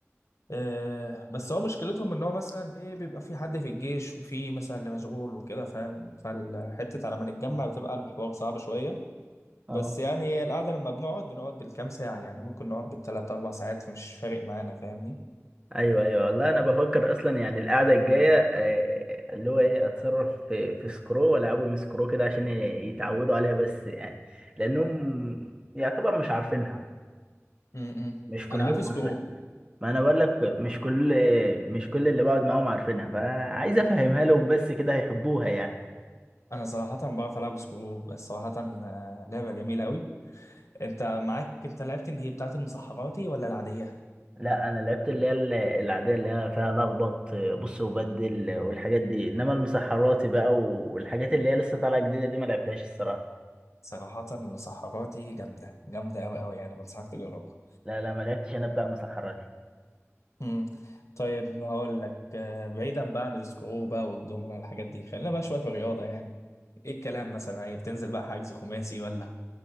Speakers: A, on the left; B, on the right.
A: آه، بس هو مشكلتهم ان هو مثلا ايه بيبقى في حد في الجيش وفي مثلا اللي مشغول وكده فاهم فالحته على ما نتجمع بتبقى الحوار صعب شويه بس
B: اه
A: يعني هي القعده لما بنقعد بنقعد بالكام ساعه يعني ممكن نقعد بالثلاث اربع ساعات مش فارق معانا فاهمني
B: ايوه ايوه والله انا بفكر اصلا يعني القعده الجايه آه، اللي هو ايه اتصرف في في سكرو والعبهم سكرو كده عشان ي- يتعودوا عليها بس يعني لانهم يعتبر مش عارفينها
A: م- م.
B: مش كلهم
A: انا عارف سكرو
B: عارفين ما انا بقول لك مش كل مش كل اللي بقعد معاهم عارفينها فعايز افهمها لهم بس كده هيحبوها يعني
A: انا صراحه بعرف العب سكرو بس صراحه آه، لعبه جميله قوي انت معاك انت لعبت اللي هي بتاعه المسحراتي ولا العاديه
B: لا انا لعبت اللي هي ال- العاديه اللي هي فيها لخبط آه، بص وبدل آه، والحاجات دي انما المسحراتي بقى والحاجات اللي هي لسه طالعه جديده دي ما لعبتهاش الصراحه
A: صراحه المسحراتي جامده جامده قوي قوي يعني بنصحك تجربها
B: لا لا ما لعبتش انا بتاع المسحرات
A: امم طيب هقول لك آه، بعيدا بقى عن السكرو بقى والدومنة والحاجات دي خلينا بقى شويه في الرياضه يعني ايه الكلام مثلا ايه بتنزل بقى حجز خماسي ولا